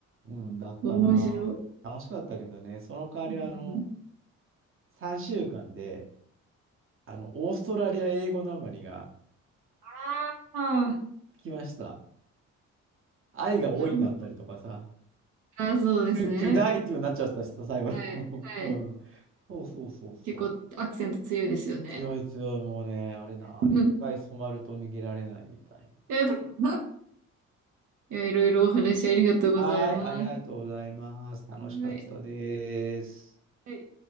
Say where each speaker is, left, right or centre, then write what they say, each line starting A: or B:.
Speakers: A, on the right; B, on the right.
A: う。うん、だったな。
B: 面白い。
A: 楽しかったけどね、その代わり、
B: うんうん。
A: あの、3週間で、あの、オーストラリア英語なまりが
B: ああ、
A: つきました。愛が多いになったりとかさ、
B: なるほど。ああ、そうですね。
A: to, to die っていうようになっちゃったしさ、最後の。
B: はい、はい。
A: <laughs> うん。そうそうそうそう。
B: 結構アクセント強いですよね。
A: 強い強い、もうね、あれな、
B: うん。
A: あれ一回染まると逃げられないみたい
B: いや、でもいやいろいろお話ありがとうございます。
A: な。はーい、ありがとうございます。楽しかったです。
B: はい。はい